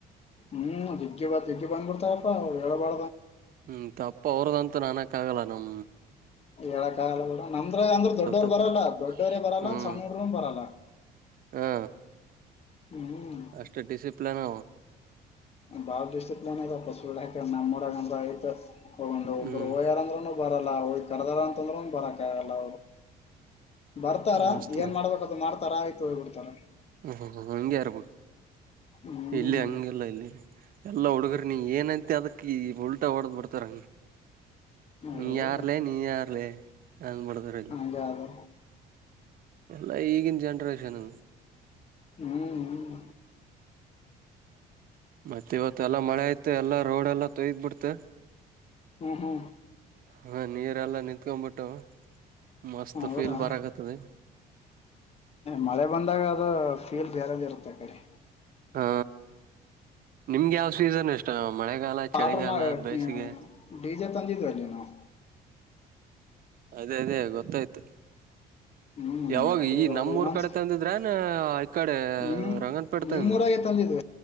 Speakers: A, on the left; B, on the right.
A: ಹ್ಮ್ ದಿಗ್ಗಿ ಬ ದಿಗ್ ಬಂದ್ ಬಿಡ್ತಾರಪ್ಪಾ ಹೇಳಬಾ
B: ಹ್ಮ ತಪ್ಪ ಅವ್ರದಂತೂ ನಾನಕ್ ಆಗಲ್ಲ ನಮ
A: ಎಳ ಕಾಲ ನಂದ್ರ ಅಂದ್ರ ದೊಡ್ಡವರು
B: ತಪ್ಪು
A: ಬರಲ್ಲ ದೊಡ್ಡವರೇ ಬರಲ್ಲ
B: ಹ್ಮ್
A: ಅಂದ ಸಣ್ಣರುೂ ಬರಲ್ಲ
B: ಹಾ
A: ಹ್ಮ್
B: ಅಷ್ಟೇ ಡಿಸಿಪ್ಲನ್
A: ಬಾಡಿಸ್ಟಿಕ್ ನ ಐ ಪಸುಕ ನಮ್ಮೂರಂತ ಆಐತ ಹೊಂಡ್ ಒಬ್ಬರು
B: ಹ್ಮ್
A: ಓಯ್ಯಾರಂದ್ರರುೂನು ಬರಲ್ಲ ಹಿ ಕರ್ದಾರ ಅಂತ ಅಂದ್ರೂನು ಬರಕಲ್ಲ ಬರ್ತಾರ
B: ಮಸ್ತ್
A: ಏನ್ ಮಾಡ್ಬೇಕದು ಮಾಡ್ತಾರ ಆಯ್ತು ಹೋಗಿಬಿಡ್ತಾರ
B: ಹ ಹಂಗೆ ಇರ್ಬೇಕ
A: ಹ್ಮ್
B: ಇಲ್ಲಿ ಹಂಗೆಲ್ಲ ಇಲ್ಲಿ ಎಲ್ಲ ಹುಡುಗರ ನೀ ಏನೈತಿ ಅದಕ್ಕ ಈ ಉಲ್ಟಾ ಹೊಡದ್ ಬಿಡ್ತಾರ
A: ಅಯ್ಯೋ
B: ನೀ ಯಾರ್ಲ್ಲ ನೀ ಯಾರ್ಲ್ಲ ಹಬಳದರಲ್ಲಿ
A: ಹಂಗೆ ಅದು
B: ಎಲ್ಲಾ ಈಗಿನ ಜನ್ರೇಷನ್
A: ಹ್ಮ್ ಹ್ಮ
B: ಮತ್ತತ್ ಇವತ್ತ ಎಲ್ಲಾ ಮಳೆ ಐತೆ ಎಲ್ಲಾ ರೋಡ್ ಎಲ್ಲಾ ತೊಯ್ದ್ ಬಿಡ್ತೆ
A: ಹಾ
B: ಹಾ ನೀರೆ ಎಲ್ಲ ನಿತ್ಕೊಬಿಟ್ಟು ಮಸ್ತ್
A: ಹೌದಾ
B: ಫೀಲ್ ಬರಕತದ
A: ಮಳೆ ಬಂದಾಗ ಅದು ಫೀಲ್ ಬೇರೆದ ಇರುತ್ತೆ ಅ ಕಡೆ
B: ಹಾ ನಿಮ್ಗೆ ಯಾವ ಸ್ವೀಸನ್ ಇಷ್ಟ ಮಳೆಗಾಲ ಚಳಿಗಾಲ
A: ಆರ್ಡರ್ ಮಾಡಿ
B: ಬೇಸಿಗೆ
A: ಡಿ ಜೆ ತಂದಿದ್ವಿ ಅಲ್ಲಿ ನಾವು
B: ಅದೇ ಅದೇ ಗೊತ್ತಾಯ್ತು
A: ಹ್ಮ್
B: ಯಾವಾಗ
A: ಅದೇ
B: ಈ
A: ಅದೇ
B: ನಮ್ಮೂರ್
A: ಏನನ್
B: ಕಡೆ ತಂದಿದ್ರನ್ ಈ ಕಡೆ
A: ನಿಮ
B: ರಂಗನ್ಪೇಟೆ ತಂದ್ರ
A: ನಿಮ್ಮ್ ಊರಾಗ ತಂದ